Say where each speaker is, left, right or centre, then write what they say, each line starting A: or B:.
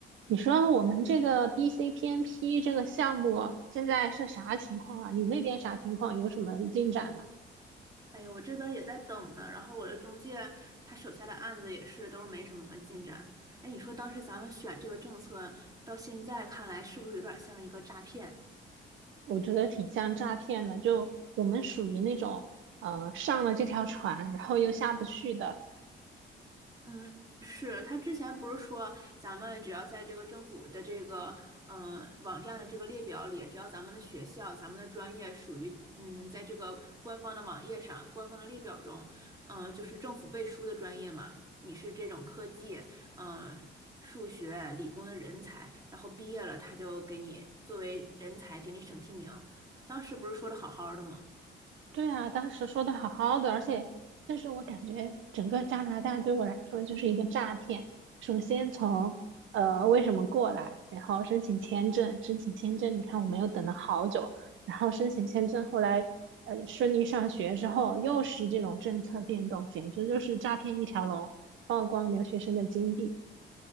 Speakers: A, on the right; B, on the right.
A: 你说我们这个 BCPNP 这个项目现在是啥情况啊？你那边啥情况？有什么进展吗？
B: 哎呀，我这边儿也在等呢，然后我的中介他手下的案子也是都是没什么进展。哎，你说当时咱们选这个政策，到现在看来是不是有点儿像一个诈骗？
A: 我觉得挺像诈骗的，就我们属于那种呃上了这条船，然后又下不去的，
B: 嗯，是他之前不是说咱们只要在这个政府的这个嗯、呃网站的这个列表里，只要咱们的学校、咱们的专业属于嗯在这个官方的网页上、官方的列表中，嗯、就是政府背书的专业嘛，你是这种科技，嗯、数学、理工的人才，然后毕业了他就给你作为人才给你省提名，当时不是说的好好的吗？
A: 对啊，当时说的好好的，而且但是我感觉整个加拿大对我来说就是一个诈骗。首先从呃为什么过来，然后申请签证，申请签证，你看我们又等了好久，然后申请签证，后来呃顺利上学之后，又是这种政策变动，简直就是诈骗一条龙，曝光留学生的金币。